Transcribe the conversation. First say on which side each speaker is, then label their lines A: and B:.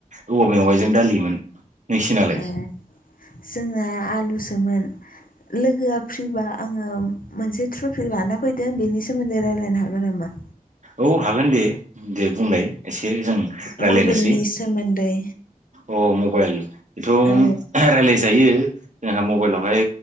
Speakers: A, on the right (about 60°); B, on the left (about 80°).
A: औवा मेवाइजों दालिमोन नोंसिनालाय
B: ए जोंना आलुसोमोन लोगोआ फ्रिबा आङो मोनसे ट्रफि लाना फैदों बेनि सोमोन्दै रायलायनो हागोन नामा
A: औ हागोन दे दे बुंलाय एसे जों रायलायनोसै
B: मबाइलनि सोमोन्दै
A: अ मबाइल <unintelligible>
B: औ
A: जायो जोंहा मबाइलावहाय